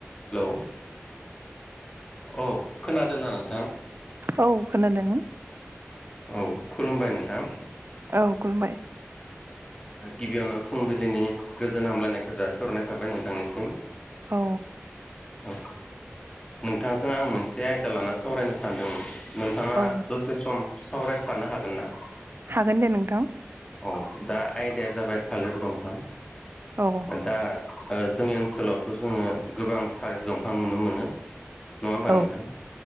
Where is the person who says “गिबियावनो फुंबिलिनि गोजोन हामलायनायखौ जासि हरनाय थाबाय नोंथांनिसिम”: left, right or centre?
Left